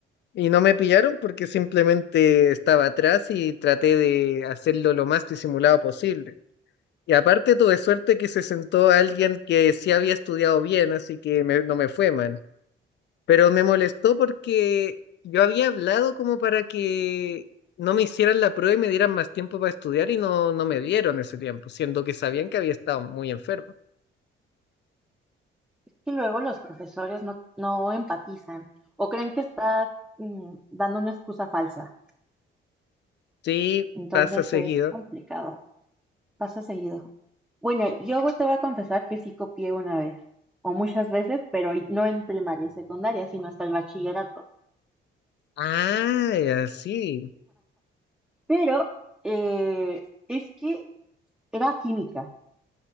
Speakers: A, on the left; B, in the centre.
A: Y no me pillaron porque simplemente estaba atrás y traté de hacerlo lo más disimulado posible. Y aparte tuve suerte que se sentó alguien que sí había estudiado bien, así que me- no me fue mal. Pero me molestó porque yo había hablado como para que no me hicieran la prueba y me dieran más tiempo para estudiar y no, no me dieron ese tiempo, siendo que sabían que había estado muy enfermo.
B: Y luego los profesores no, no empatizan o creen que está mm, dando una excusa falsa.
A: Sí,
B: Entonces
A: pasa seguido.
B: es complicado. Pasa seguido. Bueno, yo te voy a confesar que sí copié una vez, o muchas veces, pero no en primaria y secundaria, sino hasta el bachillerato.
A: Ah, ya, sí.
B: Pero eh, es que era química.